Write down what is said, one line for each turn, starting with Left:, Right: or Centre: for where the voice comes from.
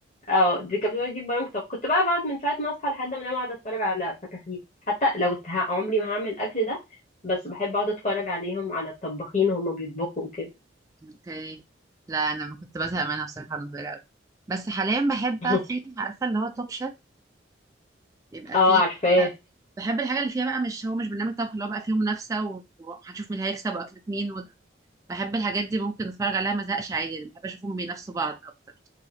Left: اه دي كانت بتفضل تجيب برامج طبخ كنت بقى بقعد من ساعه ما اصحى لحد ما انام اقعد اتفرج على فتافيت حتى لو ه- عمري ما هعمل الاكل ده بس بحب اقعد اتفرج عليهم على الطباخين وهما بيطبخوا وكده
Right: اوكي لا انا ما كنت بزهق منها بصراحة وانا صغيرة قوي بس حاليا بحب بقى
Left: <laughs>
Right: في عارفة اللي هو توب شيف بيبقى
Left: اه
Right: فيه
Left: عارفاه
Right: بحب الحاجة اللي فيها بقى مش هو مش برنامج طبخ اللي هو بقى فيه منافسة و- وهنشوف مين اللي هيكسب واكلة مين بحب الحاجات دي ممكن اتفرج عليها ما ازهقش عادي انا بحب اشوفهم بينافسوا بعض اكتر